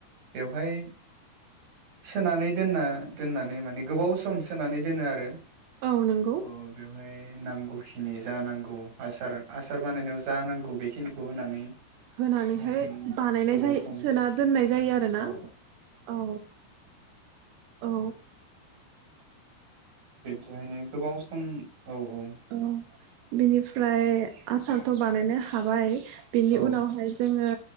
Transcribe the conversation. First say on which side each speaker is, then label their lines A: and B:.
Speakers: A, on the right (about 45°); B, on the right (about 85°).
A: बेवहाय सोनानै दोनना दोननानै माने गोबाव सम सोनानै दोनो आरो
B: औ नंगौ
A: अ बेवहाय नांगौखिनि जा नांगौ आसार आसार बानायनायाव जा नांगौ बेखिनिखौ होनानै
B: होनानैहाय
A: जों
B: बानायनाय
A: गोबाव
B: जायो
A: सम
B: सोना दोननाय जायो आरोना
A: औ
B: औ औ
A: बिबदियैनो गोबाव सम औ औ
B: ओ बिनिफ्राय आसारथ' बानायनो हाबाय बिनि
A: औ
B: उनावहाय जोङो